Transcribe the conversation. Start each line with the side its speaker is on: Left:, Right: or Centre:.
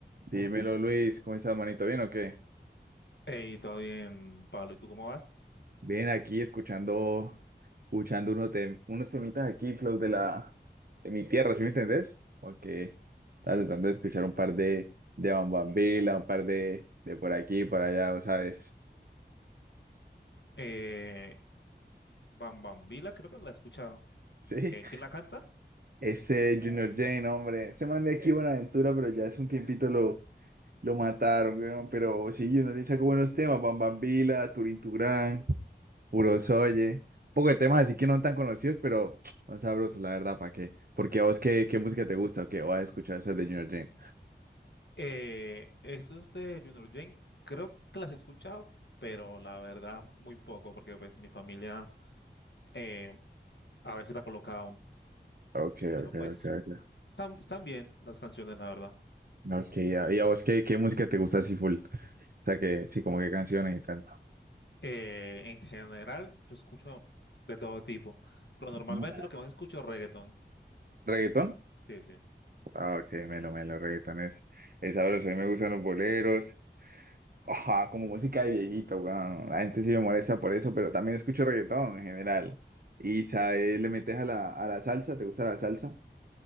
Right: Dímelo, Luis, ¿cómo estás, manito? ¿Bien o qué?
Left: Hey, todo bien, Pablo. ¿Y tú cómo vas?
Right: Bien, aquí escuchando, escuchando unos, tem- unos temitas aquí, flow de la de mi tierra, ¿sí me entendés? Como que estaba tratando de escuchar un par de de Bambambila, un par de de por aquí, por allá, ¿vos ¿sabes?
Left: Eh, Bam Bam Vila, creo que la he escuchado.
Right: <laughs>
Left: Eh,
Right: Sí.
Left: ¿quién la canta?
Right: Ese Junior Jane, hombre, se man de aquí Buenaventura, pero ya hace un tiempito lo lo mataron, weón, pero sí, Junior Jane sacó buenos temas, Bambambila, Turín Turán. Puro Soye. Un poco de temas así que no tan conocidos, pero <tsk> son sabrosos, la verdad, ¿para qué? Porque a vos, ¿qué, qué música te gusta o qué? ¿O has escuchado esas de Junior Jane?
Left: Eh, eso es de Junior Jane. Creo que las he escuchado, pero la verdad muy poco, porque pues mi familia eh, a veces la colocaban,
Right: Ok,
Left: pero
Right: ok,
Left: pues
Right: ok, ok.
Left: están, están bien las canciones, la verdad.
Right: Ok, ya. ¿Y a vos qué, qué música te gusta así full? O sea, que sí, como qué canciones y tal.
Left: Eh, en general, yo escucho de todo tipo, pero normalmente
Right: Ujú.
Left: lo que más escucho es reggaetón.
Right: ¿Reggaetón?
Left: Sí, sí.
Right: Ah, ok, melo, melo, reggaetón es, es sabroso. A mí me gustan los boleros. Ajá, como música de viejito, weón. La gente sí me molesta por eso, pero también escucho reggaetón en general. ¿Y sabes, le metes a la, a la salsa? ¿Te gusta la salsa?